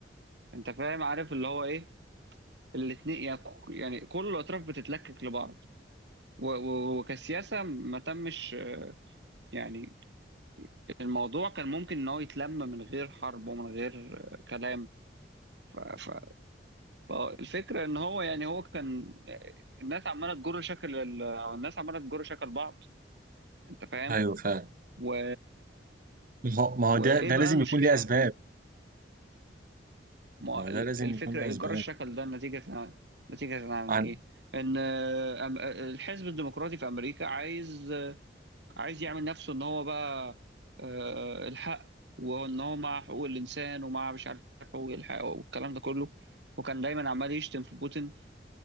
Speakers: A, on the right; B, on the right.
A: انت فاهم عارف اللي هو ايه الاثنين يعني يعني كل الاطراف بتتلكك لبعض و- و- وكسياسه ما تمش يعني الموضوع كان ممكن ان هو يتلم من غير حرب ومن غير كلام ف- ف- فالفكره ان هو يعني هو كان الناس عماله تجر شكل ال- الناس عماله تجر شكل بعض انت فاهم
B: ايوه فعلا
A: و...
B: ما هو ما
A: وايه
B: هو ده ده
A: بقى
B: لازم
A: المشكله
B: يكون ليه اسباب
A: الم- ما-
B: ما هو
A: ال-
B: ده لازم
A: الفكره
B: يكون ليه
A: ايه
B: اسباب
A: جر الشكل ده نتيجه عن... نتيجه عن
B: عن
A: ايه ان آه، أم- الحزب الديمقراطي في امريكا عايز عايز يعمل نفسه ان هو بقى آه، الحق وان هو مع حقوق الانسان ومع مش عارف حقوق الحق والكلام ده كله وكان دايما عمال يشتم في بوتين